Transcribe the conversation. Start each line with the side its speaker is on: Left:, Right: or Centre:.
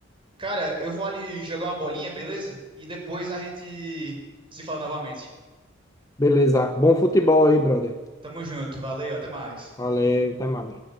Right: Cara, eu vou ali jogar uma bolinha, beleza? E depois a gente se fala novamente.
Left: Beleza. Bom futebol aí, brother.
Right: Tamo junto, valeu, até mais.
Left: Valeu, até mais.